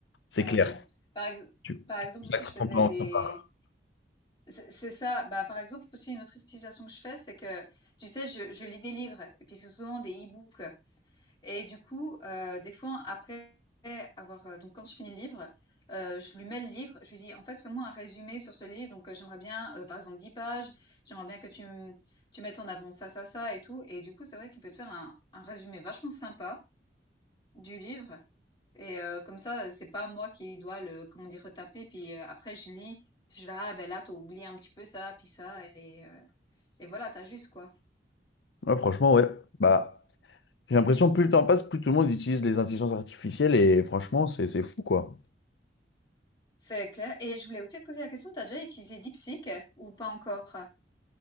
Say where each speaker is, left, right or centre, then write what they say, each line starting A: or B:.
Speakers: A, on the left; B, on the left.
A: c'est
B: Euh,
A: clair.
B: par, ex-
A: Tu,
B: par
A: tu
B: exemple,
A: consacres
B: aussi, je faisais
A: ton temps.
B: des...
A: à ça.
B: C'est c'est ça. Bah, par exemple, aussi, une autre utilisation que je fais, c'est que, tu sais, je, je lis des livres, et puis c'est souvent des e-books. Et du coup, euh, des fois, après avoir... euh, donc, quand je finis le livre, euh, je lui mets le livre, je lui dis, en fait, fais-moi un résumé sur ce livre. Donc, euh, j'aimerais bien, euh, par exemple, 10 pages, j'aimerais bien que tu, m- tu mettes en avant ça, ça, ça, et tout. Et du coup, c'est vrai qu'il peut te faire un un résumé vachement sympa du livre. Et euh, comme ça, c'est pas moi qui dois le, comment dire, retaper. Puis euh, après, je lis, puis je suis là, ah ben là, t'as oublié un petit peu ça, puis ça, et, euh, et voilà, t'as juste quoi.
A: Ouais, franchement, ouais. Bah, j'ai l'impression que plus le temps passe, plus tout le monde utilise les intelligences artificielles et franchement, c'est c'est fou, quoi.
B: C'est clair. Et je voulais aussi te poser la question, t'as déjà utilisé DeepSeek euh, ou pas encore?